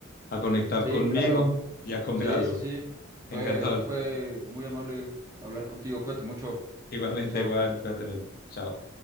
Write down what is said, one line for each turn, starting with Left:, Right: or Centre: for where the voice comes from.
Left: a conectar
Right: sí,
Left: conmigo
Right: claro.
Left: y a comer
Right: Sí,
Left: algo.
Right: sí, sí. Fue,
Left: Encantado.
Right: fue muy amable hablar contigo. Cuídate mucho.
Left: Igualmente,
Right: Chao, chao.
Left: Juan, cuídate. men. Chao.